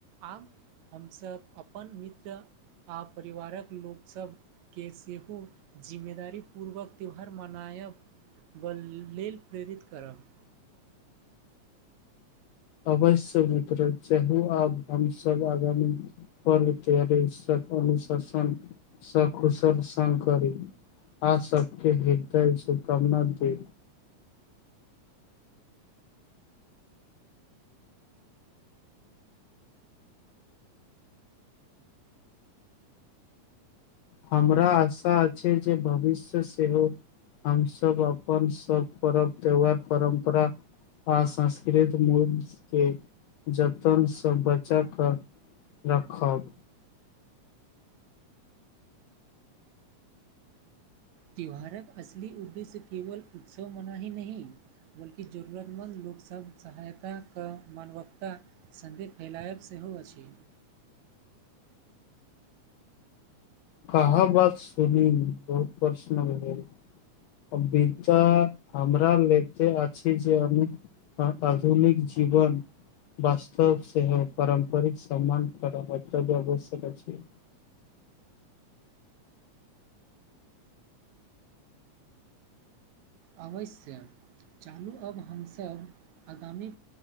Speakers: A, on the right; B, on the left.
A: आब हमसभ अपन मित्र आ परिवारक लोकसभ के सेहो जिम्मेदारीपूर्वक त्यौहार मनायब बल लेल प्रेरित करब
B: अवश्य मित्र चाहू आब हमसब आगामी पर्व तर अनुशासन सखुशल स करी <unintelligible> आ सबके हृदय सँ करना दे हमरा आशा अछि जे भविष्य सेहो हमसब अपन सब पर्व त्यौहार परम्परा आ संस्कृत मूल के जतन से बचा क रखब
A: त्यौहारक असली उद्देश्य केवल उत्सव मनाही नहि बल्कि जरूरतमन्द लोक सब सहायता क मानवकता सन्देह फैलायब सेहो अछि
B: कहाँ बात सुनी बहुत पर्सनल भेल वित हमरा लेत आ छी जे अनु आधुनिक जीवन वास्तव सेहो पारम्परिक सम्मान कर मत्य <unintelligible> आवश्यक अछि
A: अवश्य चाहलू अब हमसभ आगामी